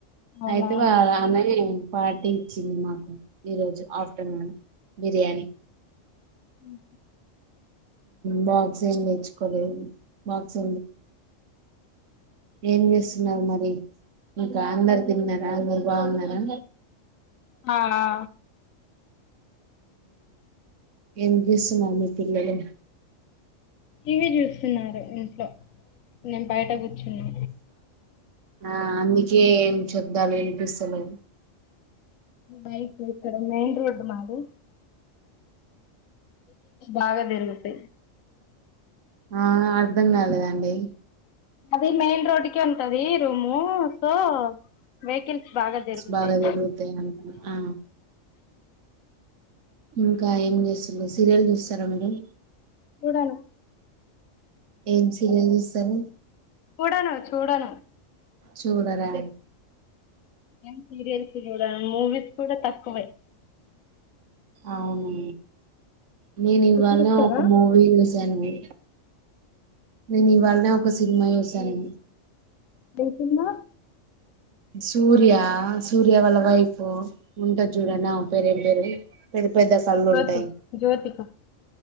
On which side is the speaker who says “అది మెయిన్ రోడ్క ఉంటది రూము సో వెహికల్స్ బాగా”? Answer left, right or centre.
Left